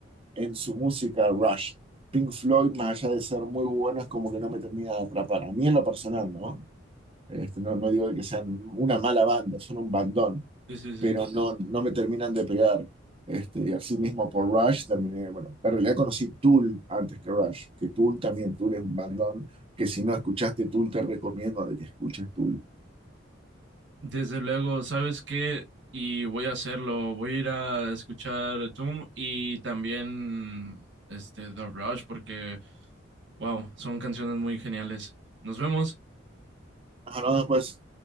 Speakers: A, on the right; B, on the right.
A: en su música Rush. Pink Floyd, más allá de ser muy bueno, es como que no me termina de atrapar. A mí en lo personal, ¿no? Este, no, no digo que sean una mala banda, son un bandón
B: Sí, sí, sí.
A: pero no, no me terminan de pegar. Este, así mismo por Rush terminé, bueno, en realidad conocí Tool antes que Rush, que Tool también, Tool es un bandón, que si no escuchaste Tool te recomiendo de que escuches Tool.
B: Desde luego, ¿sabes qué? Y voy a hacerlo. Voy a ir a escuchar Toom y también este The Rush porque, wow, son canciones muy geniales. Nos vemos.
A: Hablamos pues